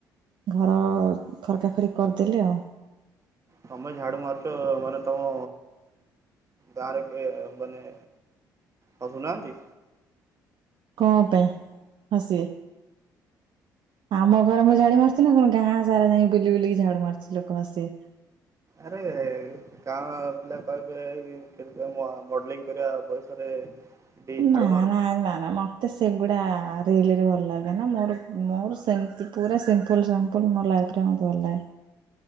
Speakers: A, on the right; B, on the right.
A: ଘର ଖରକାଖରିିକ କରିଦେଲି ଆଉ।
B: ତତମେ ଝାଡୁ ମାରୁଛ ମାନେ ତୋମ ଗାଁରେ କେ ମାନେ ହସୁ ନାହାନ୍ତି?
A: କଣ ପାଇଁ ହସିବେ? ଆମ ଘରେ ମୁଁ ଝାଡୁ ମାରୁ ଛି ନା କଣ ଗାଁ ସାରା ଯାଇ ବୁଲି ବୁଲିକି ଝାଡୁ ମାରୁଛି ଲୋକ ହସିବେ।
B: ଆରେ ଗାଁ ପିଲା କହିବେ କି କେମତିଆ ମ-ମଡଲିଂ କରିବା ବୟସରେ ଏଠି ଝାଡୁ
A: ନା,
B: ମାରୁଛ
A: ନା, ଆ, ନା, ନା ମୋ ତେ ସେଗୁଡ଼ା ରିଲିରେ ଭଲ ଲାଗେନା ମୋର ମୋର ସେମତି ପୁରା ସିମ୍ପଲ୍ ସି ମ୍ପୁଲ ମୋ ଲାଇଫ୍ ରେ ମୋତେ ଭଲ ଲାଗେ।